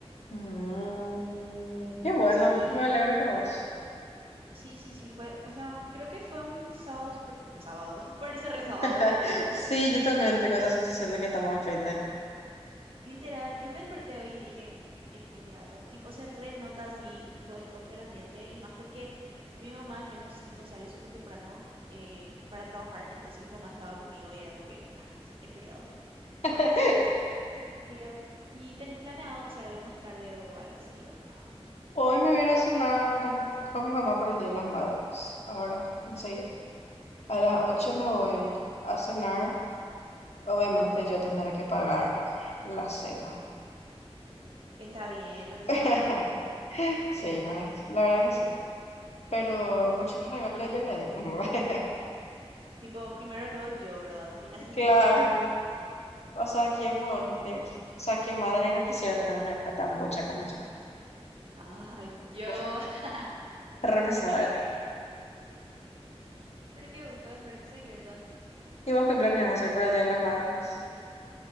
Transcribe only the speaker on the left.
mm, qué
bueno,
me alegro por vos.
<laughs>
Sí, yo también tengo esa sensación de que estamos en fin de.
<laughs>
Hoy me voy a ir a cenar con mi mamá para el Día de las Madres. Ahora, enseguida.
A las ocho
me voy a cenar. Obviamente yo tendré que pagar la cena.
<laughs>
Sí,
la verdad que sí. La verdad que sí. Pero
muchos
regalos yo le di. <laughs>
Claro.
O sea, ¿quién, huevón te- qui- o sea, qué madre no quisiera tener una hija tan bocha como yo?
Re,
re pesada
era.
¿Y vos qué planeas
hacer para
el Día de las Madres?